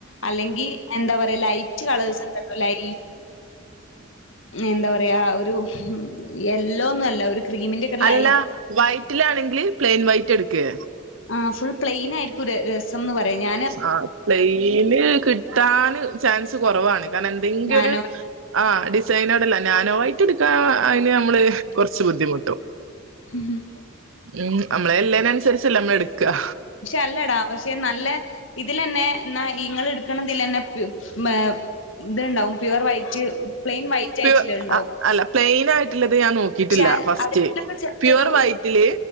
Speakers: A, on the left (about 65°); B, on the right (about 70°).
A: അല്ലെങ്കി എന്താ പറയാ ലൈറ്റ് കളേഴ്സ് ഇണ്ടലോ ലൈ എന്താ പറയാ ഒരു എല്ലോ ഒന്നും അല്ല ഒരു ക്രീമിന്റെ ഒക്കെ
B: അല്ല
A: ലൈറ്റ്
B: വൈറ്റിലാണെങ്കില് പ്ലെയിൻ വൈറ്റ് എടുക്ക്
A: ആ ഫുൾ പ്ലെയിൻ ആയിരിക്കും രസം എന്ന് പറയാ ഞാൻ
B: ആ പ്ലെയിന് കിട്ടാന് ചാൻസ് കുറവാണ് കാരണം എന്തെങ്കിലൊരു
A: നാനോ
B: ആഹ ഡിസൈനോടെല്ല നാനോവൈറ്റ് എടുക്കാ അതിന് നമ്മള് കുറച്ച് ബുദ്ധിമുട്ടും
A: ഉം ഉം
B: ഉം നമ്മളെ ഇല്ലയ്നെൻസരിച്ചല്ലെ നമ്മള് എടുക്കാ
A: ക്ഷെ അല്ലടാ പക്ഷെ നല്ല ഇതിലന്നെ ന്നാ ഇങ്ങള് എടുക്കണതിലന്നെ പ്യു മെ ഇത്ണ്ടാവും പ്യുവർ വൈറ്റ് റ്റ് പ്ലെയിൻ വൈറ്റ്
B: പ്യു
A: ആയിട്ടുള്ള ഉണ്ടാവും
B: അല്ല പ്ലയിനായിട്ടുള്ളത് ഞാൻ നോ കിട്ടില്ല
A: പക്ഷെ
B: ഫസ്റ്റ്
A: അതിലൊക്കെ ചെറിയൊരു
B: പ്യൂർ വൈറ്റില്